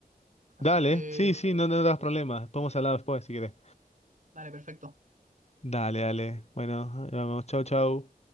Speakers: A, on the right (about 55°); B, on the left (about 45°).
A: Así
B: Dale,
A: que,
B: sí, sí, no, no das
A: eso.
B: problemas. Podemos hablar después si querés.
A: Dale, perfecto.
B: Dale, dale. Bueno, ahí vamos, chau, chau.